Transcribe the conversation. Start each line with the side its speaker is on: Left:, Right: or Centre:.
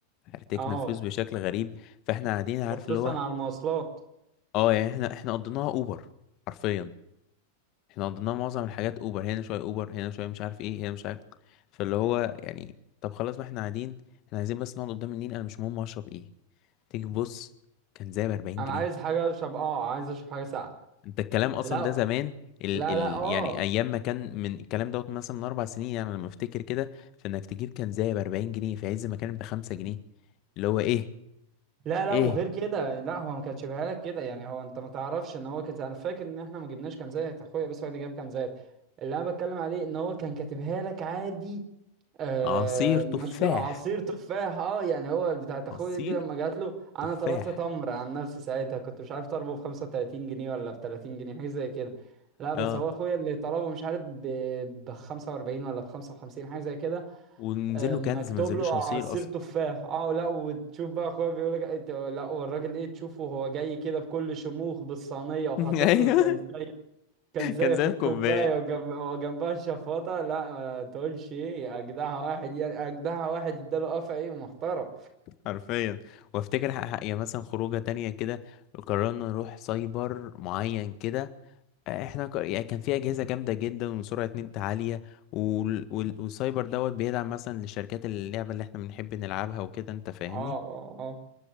Left: هرتكنا
Right: اه
Left: فلوس بشكل غريب فاحنا قاعدين عارف
Right: وخصوصا
Left: اللي هو
Right: على المواصلات
Left: اه يعني احنا احنا قضيناها اوبر حرفيا احنا قضينا معظم الحاجات اوبر هنا شويه اوبر هنا شويه مش عارف ايه هنا مش عارف فاللي هو يعني طب خلاص بقى احنا قاعدين احنا عايزين بس نقعد قدام النيل انا مش مهم اشرب ايه تيجي تبص كان زي ب 40
Right: انا
Left: جنيه
Right: عايز حاجة اشرب اه عايز اشرب حاجة ساقعة
Left: انت الكلام اصلا
Right: لا
Left: ده زمان ال
Right: لا
Left: ال
Right: لا اه
Left: يعني ايام ما كان من الكلام دوت مثلا من اربع سنين يعني لما افتكر كده فانك تجيب كان زي ب 40 جنيه في عز ما كان ب 5 جنيه اللي هو ايه
Right: لا لا
Left: ايه
Right: وغير كده لا هو ما كانش بيها لك كده يعني هو انت ما تعرفش ان هو كان زي- انا فاكر ان احنا ما جبناش كان زيت اخويا بس هو اللي جاب كان زيت اللي انا بتكلم عليه ان هو كان كاتبها لك عادي آه
Left: عصير تفاح
Right: مشروع عصير تفاح اه يعني هو بتاعت اخويا
Left: عصير
Right: دي لما جات له انا
Left: تفاح
Right: طلبت تمر عن نفسي ساعتها كنت مش عارف طلبه ب 35 جنيه ولا ب 30 جنيه حاجه زي كده لا
Left: اه
Right: بس هو اخويا اللي طلبه مش عارف ب 45 ولا ب 55 حاجه زي كده
Left: ونزله
Right: آه، مكتوب
Left: كنز منزلوش
Right: له عصير
Left: عصير اصلا
Right: تفاح اه لا وتشوف بقى اخويا بيقول لك إيه، ت- لا والراجل ايه تشوفه وهو جاي كده بكل شموخ بالصينيه وحاطط
Left: <laughs> ايوه
Right: له الكنزايه الكنزايه
Left: كان زي
Right: في
Left: الكوباية
Right: الكوبايه وجنب وجنبها الشفاطه لا ما تقولش ايه يا اجدعها واحد يعني اجدعها واحد اداله قفا ايه محترم
Left: حرفيا وافتكر ح- ح- يعني مثلا خروجة تانية كده قررنا نروح سايبر معين كده آه، احنا ك... يعني كان في اجهزه جامده جدا وسرعه نت عاليه وال... وال... والسايبر دوت بيدعم مثلا لشركات اللعبه اللي احنا بنحب نلعبها وكده انت فاهمني
Right: اه اه اه